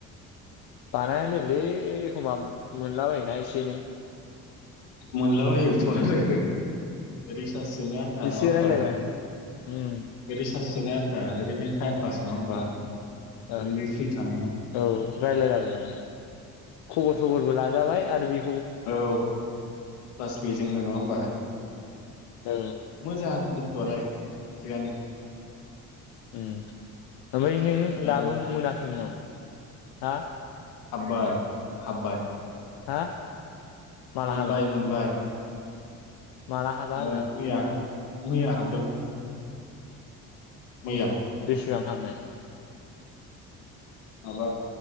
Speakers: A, on the left; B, on the left.
A: बानायनोलै ओइ एखमबा मोनलाबायोना एसे एनै
B: मोनलाबायोथ' आरो रिसास सोनो आन्था
A: एसे
B: नङा होमबा
A: रायलायबानो उम
B: रिस सास सोनो आन्था ओरैनो थाइम फास नङा होमबा
A: औ
B: ओरैनो फ्रि थानायाव
A: औ रायलायला बायनानै खबर सबरबो लाजाबाय आरो बे
B: औ प्लास बेजोंनो नङा होमबा
A: औ
B: मोजां बुस्थुआलाय थिगानो
A: उम ओनफाय नों
B: दा
A: दाबो मोनाखै ओंनाव हा
B: हाबबाय हाबबाय
A: हा माला
B: मोनबाय
A: हाबा
B: मोनबाय
A: माला हाबा होनदां
B: अ मैया मैया हाबदों मैया
A: उम बेसेबां हाबनाय
B: माबा